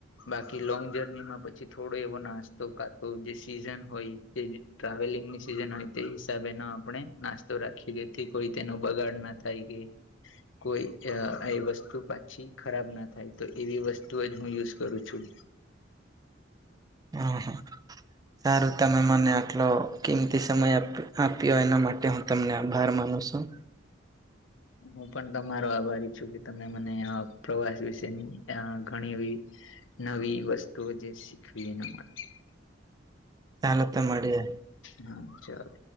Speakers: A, on the left; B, on the right.
A: બાકી લોંગ જર્નીમાં પછી થોડો એવો નાસ્તો કાતો જે સીઝન હોય. તે ટ્રાવેલિંગની સિઝન હોય તે હિસાબે ન આપણે નાસ્તો રાખી દે કોઈ તેનો બગાડ ના. થઈ ગઈ. કોઈ અહ એ વસ્તુ પાછી ખરાબ ના થાય તો એવી વસ્તુ જ હું યુઝ કરું છું.
B: હા, હા. સારું તમે મને આટલો કિંમતી સમય આપ આપ્યો એના માટે હું તમને આભાર માનું સું.
A: હું પણ તમારો આભારી છું કે તમે મને આ પ્રવાસ વિશેની અહ ઘણી એવી નવી વસ્તુઓ જે શીખવી એને માટે.
B: ચાલો તો મળીએ.
A: હા ચાલો.